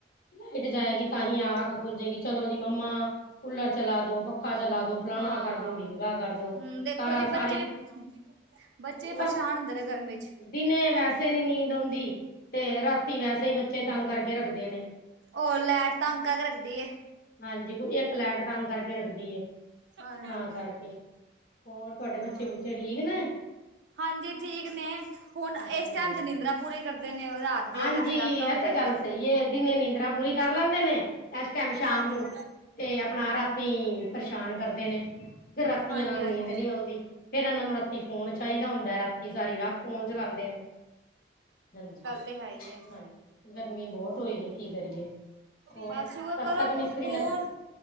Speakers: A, on the left (about 50°); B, on the right (about 75°).
A: ਲਾਇਟ ਜਾਏਗੀ ਤਾਂ ਹੀ ਆਹ ਅੱਖ ਖੁੱਲ ਜਾਏਗੀ ਚਲੋ ਜੀ ਮੰਮਾ ਕੂਲਰ ਚਲਾ ਦੋ ਪੱਖਾ ਚਲਾ ਦੋ ਫਲਾਣਾ
B: ਹਾਂ
A: ਕਰ ਦੋ ਡੀਮਗਾ ਕਰ ਦੋ
B: ਹਮ ਦੇਖੋ
A: ਤਾਰਾ
B: ਜੀ ਬੱਚੇ
A: ਸਾਰੀ
B: ਵੀ ਬੱਚੇ ਪਰੇਸ਼ਾਨ
A: ਪਰ
B: ਹੁੰਦੇ ਨੇ ਗਰਮੀ ਚ।
A: ਦਿਨੇ ਵੈਸੇ ਨੀ ਨੀਂਦ ਆਉਂਦੀ ਤੇ ਰਾਤੀ ਵੈਸੇ ਹੀ ਬੱਚੇ ਤੰਗ ਕਰਕੇ ਰੱਖਦੇ ਨੇ।
B: ਉਹ ਲੈਟ ਤਾਂ ਤੰਗ ਕਰਕੇ ਰੱਖਦੀ। ਹੈ
A: ਹਾਂਜੀ, ਕੋਈ ਇੱਕ ਲੈਟ ਤੰਗ ਕਰਕੇ ਰੱਖਦੀ ਐ।
B: ਹਾਂਜੀ
A: ਤਾਂ ਕਰਕੇ, ਹੋਰ ਤੁਹਾਡੇ ਬੱਚੇ
B: ਹਾਂ
A: ਬੱਚੇ ਠੀਕ ਨੇ।
B: ਹਾਂਜੀ, ਠੀਕ ਨੇ ਹੁਣ
A: ਗਰਮੀ
B: ਇਸ ਟਾਈਮ
A: ਬੜੀ
B: ਤੇ ਨਿੰਦਰਾ ਪੂਰੀ ਕਰਦੇ ਨੇ ਉਹ ਰਾਤ ਦੀ
A: ਹਾਂਜੀ,
B: ਅਗਰ ਜਗਰਾਤਾ
A: ਇਹ
B: ਹੁੰਦਾ
A: ਤੇ ਗੱਲ ਸਹੀ ਹੈ। ਦੀਨੇ ਨੀਂਦਾਂ ਪੂਰੀ ਕਰ ਲੈਂਦੇ ਨੇ, ਇਸ ਟਾਈਮ ਸ਼ਾਮ
B: ਹਾਂਜੀ
A: ਨੂੰ ਤੇ ਆਪਣਾ ਰਾਤੀ ਪਰੇਸ਼ਾਨ ਕਰਦੇ ਨੇ, ਤੇ ਰਾਤੀ
B: ਹਾਂਜੀ
A: ਇਹਨਾਂ ਨੂੰ
B: ਹਾਂਜੀ
A: ਨੀਂਦ ਨਹੀਂ ਆਉਂਦੀ। ਫੇਿਰ ਇਹਨਾਂ ਨੂੰ ਰਾਤੀ ਫੋਨ ਚਾਹੀਦਾ ਹੁੰਦਾ ਰਾਤੀ ਸਾਰੀ ਰਾਤ ਫੋਨ ਚਲਾਉਂਦੇ ਨੇ, ਹਾਂਜੀ।
B: ਏ ਤੇ ਹੈ ਹੀ ਹੇ।
A: ਹਾਂਜੀ, ਗਰਮੀ ਬਹੁਤ ਹੋਈ ਹੈ ਕੀ ਕਰੀਏ? ਹੋਰ
B: ਬਸ
A: ਕਦ
B: ਉਹ ਕਰੋ
A: ਤੱਕ ਮਿਸਤਰੀ
B: ਫੋਨ-
A: ਲੱਗ